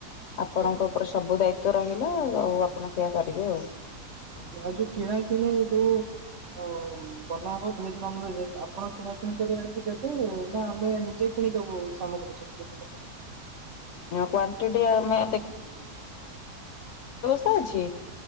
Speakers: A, on the left (about 55°); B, on the right (about 50°).
A: ଆପଣଙ୍କ
B: ଆଜ୍ଞା ଆଜ୍ଞା
A: ଉପରେ ସବୁ ଦାୟିତ୍ୱ ରହିଲା। ଆଉ ଆପଣ ସେୟା କରିବେ ଆଉ।
B: ଆଜ୍ଞା ଆଉ ଯୋଉ କିଣା କିିଣି ଯୋଉ ଓ ବନା ହବ ଭେଜ ନନ ଭେଜ ଆପଣ କିଣା କିିଣି କରି ଆଣିକି ଦେବେ। ନା ଆମେ ନିଜେ କିଣିଦବୁ ସାମଗ୍ରୀ ସବୁ ଜିନିଷ।
A: କ୍ଵାଣ୍ଟିଟି ଆମେ କ ଅଛି।